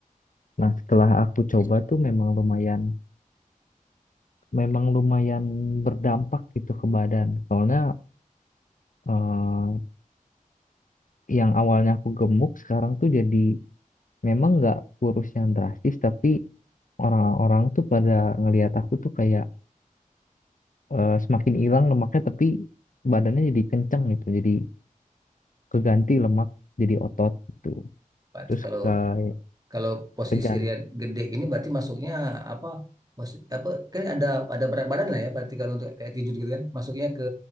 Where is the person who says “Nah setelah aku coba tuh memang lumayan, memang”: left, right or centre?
Left